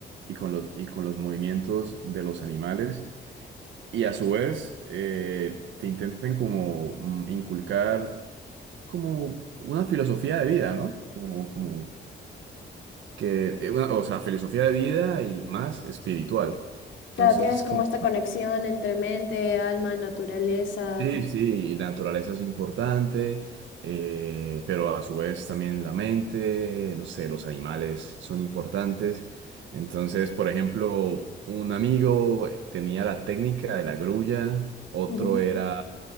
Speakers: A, on the right; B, on the left.
A: y con los, y con los movimientos de los animales y a su vez eh, te intenten como mm, inculcar como una filosofía de vida, ¿no? Como, como que, eh, una- o sea, filosofía de vida y más espiritual. Entonces,
B: Claro, tienes
A: es
B: como
A: como...
B: esta conexión entre mente, alma, naturaleza.
A: Sí, sí, y la naturaleza es importante, eh, pero a su vez también la mente, no sé, los animales son importantes. Entonces, por ejemplo, un amigo tenía la técnica de la grulla, otro
B: Ujú,
A: era